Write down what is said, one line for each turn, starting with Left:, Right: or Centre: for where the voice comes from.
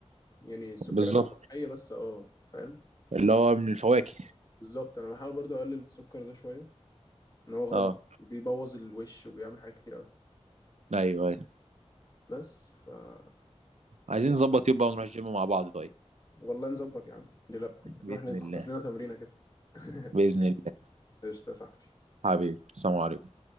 Left: يعني السكريات
Right: بالظبط
Left: الطبيعيه بس اه فاهم
Right: اللي هو من الفواكه
Left: بالظبط انا بحاول برضو اقلل السكر ده شويه ان هو غلط
Right: اه
Left: بيبوظ الوش وبيعمل حاجات كتير قوي
Right: ايوه ايوه
Left: بس فدي
Right: عايزين
Left: القصه
Right: نظبط يوم بقى ونروح الجيم مع بعض طيب
Left: والله نظبط يا عم ليه لا
Right: بإذن
Left: نروح نخطف
Right: الله
Left: لنا تمرينه كده <laughs>
Right: بإذن الله
Left: قشطه يا صاحبي
Right: حبيبي السلام عليكم